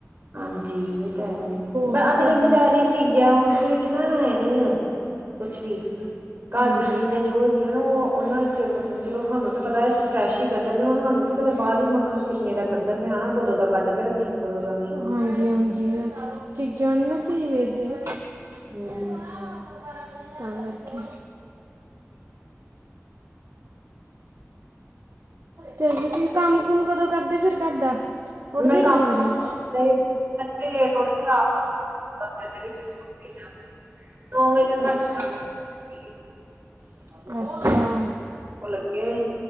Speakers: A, on the right; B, on the right.
A: ਹਾਂਜੀ, ਏ ਤਾਂ ਹੈ, ਬ
B: ਵੀ
A: ਆਜ ਕਾਲ
B: ਘਰ
A: ਬਜਾਰੀ
B: ਦਾ
A: ਚੀਜੈਂ ਓਂਦੇ ਵਿਚ ਨਾ ਹੈ ਨੀ ਐ, ਕੁਛ ਵੀ। ਘਾਰ
B: ਹਾਂਜੀ
A: ਦੀ ਚੀਜ਼ਾਂ ਜੋ ਹੈਗੀਆਂ ਨਾ, ਓ ਓਹਨਾਂ 'ਚ ਮਤਲਬ ਚਲੋ ਸਾਨੂੰ ਤੇ ਪਤਾ ਐ ਫਰੈਸ਼ ਹੀ ਕੱਡਨ ਦੇ, ਹੁਣ ਸਾਨੂੰ ਕੀ ਪਤਾ ਬਾਹਰ ਵੀ ਮੱਖਣ ਕਿੰਨੇ ਦਾ ਕੱਡਣ ਦੇ ਹਨਾ, ਕਦੋਂ ਦਾ ਕਾੱਡ ਕੇ ਰੱਖੇਆ, ਕਦੋਂ ਦਾ ਨਹੀਂ?
B: ਹਾਂਜੀ, ਹਾਂਜੀ ਚੀਜ਼ਾਂ ਨੀ ਨਾ ਸਈ ਵੇਂਚਦੇ
A: ਹੂੰ।
B: <unintelligible> ਤਾਂ ਕਰਕੇ ਤੇ ਹੋਨ ਤੂਸੀ ਕਾੰਮ ਕੁਮ ਕਦੋਂ ਕਰਦੇ ਫਿਰ ਘਾਰਦਾ, ਉਠਦੇ
A: ਮੈਂ ਕੰਮ
B: ਕਿੰਨੇ ਵਜੇ?
A: <unintelligible> <unintelligible> ਨੋਂ ਵਜੇ ਤੱਕ
B: ਅੱਛਾ
A: ਖਾਧੀ
B: ਅੱਛਾ।
A: ਓ ਲੱਗੇ ਹੋਏ,